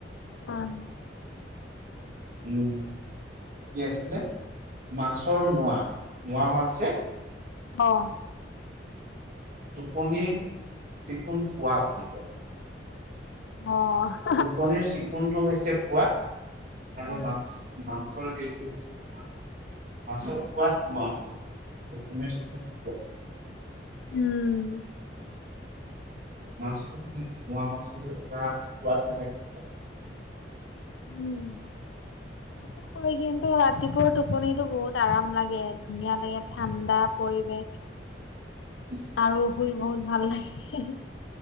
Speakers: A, on the left; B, on the right.
A: উম।
B: উম কি আছিলে মাছৰ মোৱা মোৱা মাছ যে
A: অঁ।
B: টোপনি চিকুণ পোৱা বুলি কয়।
A: অঁ।
B: টোপনিৰ চিকুণটো হৈছে খোৱা আৰু
A: উম
B: মাছ। ম এই <unintelligible> আচ ত চ <unintelligible> <unintelligible>
A: উম।
B: মাছটো মানে মোৱা মাছৰ এটা সোৱাদ বেলেগ থাকে। <inaudible>
A: উম। সঁচাকৈ কিন্তু ৰাতিপুৱাৰ টোপনিতো বহুত আৰাম লাগে ধুনীয়া লাগে ঠাণ্ডা পৰিৱেশ।
B: <inaudible>
A: আৰু শুই বহুত ভাল লাগে।